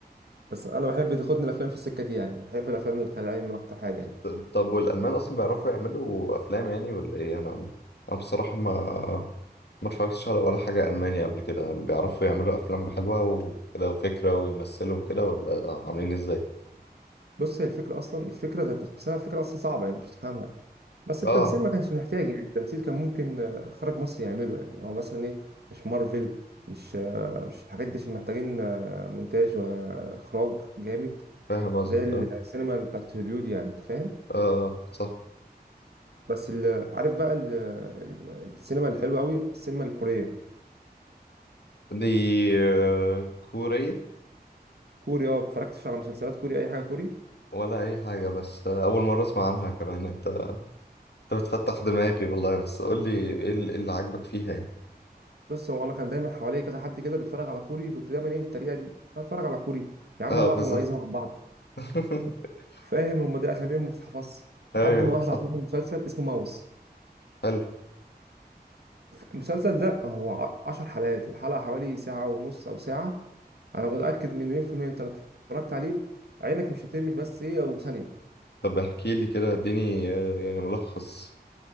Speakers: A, on the right; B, on the left.
A: بس انا بحب تاخدني الافلام في السكه دي يعني بحب الافلام الخيال العلمي اكتر حاجه يعني
B: طب طب والألمان أصلا بيعرفوا يعملوا أفلام يعني ولا إيه أنا أنا بصراحة ما ما اتفرجتش على ولا حاجة ألماني قبل كده بيعرفوا يعملوا أفلام حلوة وكده وفكرة ويمثلوا وكده ولا عاملين إزاي
A: بص هي الفكره اصلا الفكره ذات نفسها الفكره اصلا صعبه يعني مش تفهمها بس التمثيل
B: اه
A: ما كانش محتاج يعني التمثيل كان ممكن آه، خرج مصر يعمله يعني هو مثلا ايه مش مارفل مش آه، مش الحاجات دي عشان محتاجين آه، مونتاج واخراج جامد
B: فاهم قصدك
A: زي
B: اه
A: السينما بتاعت هوليود يعني انت فاهم
B: اه صح
A: بس ال- عارف بقى ال- ال- السينما الحلوه قوي السينما الكوريه
B: دي آه، كورية
A: كوري اه اتفرجتش على مسلسلات كوري اي حاجه كوري
B: ولا أي حاجة بس آه، أول مرة أسمع عنها كمان أنت أنت بتفتح دماغي والله بس قول لي إيه اللي إيه اللي عاجبك فيها يعني
A: بص هو انا كان دايما حواليا كذا حد كده بيتفرج على كوري كنت دايما ايه الطريقه دي اتفرج على كوري يا عم
B: اه
A: انا بقى
B: بالظبط
A: في مميزه مع بعض
B: <laughs>
A: فاهم هم دي اساميهم ما بتتحفظش
B: ايوه
A: لحد ما واحد
B: صح
A: عطاني مسلسل اسمه ماوس
B: حلو
A: المسلسل ده هو ع- عشر حلقات الحلقة حوالي ساعة ونص أو ساعة أنا متأكد من مليون في المية أنت لو اتفرجت عليه عينك مش هترمش بس إيه أو ثانية
B: طب احكي لي كده اديني آه، يعني ملخص